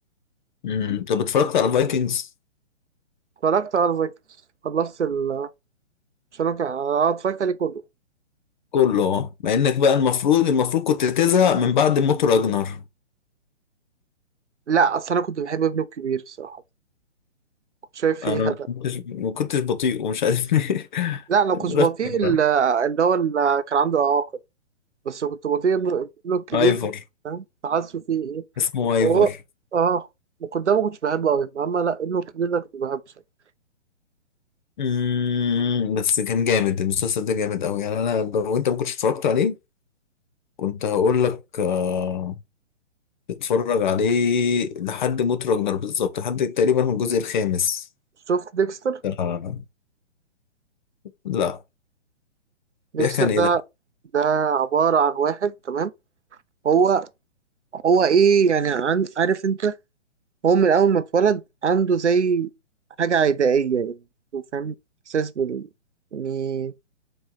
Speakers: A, on the left; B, on the right.
A: امم طب اتفرجت على الفايكنجز
B: اتفرجت على فايكنجز خلصت ال مش انا كان- اه اتفرجت عليه كله
A: كله اه مع إنك بقى المفروض المفروض كنت تزهق من بعد موت راجنر
B: لا اصل انا كنت بحب ابنه الكبير الصراحة كنت شايف فيه
A: أنا
B: هدف
A: ما كنتش ما كنتش بطيء ومش عارف ليه
B: لا انا كنت بطيء
A: <laughs> ايفر
B: ال- اللي هو اللي كان عنده اعاقة بس كنت بطيء ابنه ابنه الكبير
A: ايفر
B: فاهم حاسه فيه ايه
A: اسمه ايفر
B: هو اه وقدامه ما كنتش بحبه قوي اما لا ابنه الكبير ده كنت بحبه صراحة.
A: مم، بس كان جامد المسلسل ده جامد قوي يعني انا لو انت ما كنتش اتفرجت عليه كنت هقول لك آه، اتفرج عليه لحد موت راجنر بالظبط لحد تقريبا من الجزء الخامس
B: شفت ديكستر
A: آه، لا
B: ديكستر
A: بيحكي عن ايه
B: ده
A: ده
B: ده عبارة عن واحد تمام هو هو ايه يعني عن عارف انت هو من اول ما اتولد عنده زي حاجة عدائية يعني هو فاهم احساس بال يعني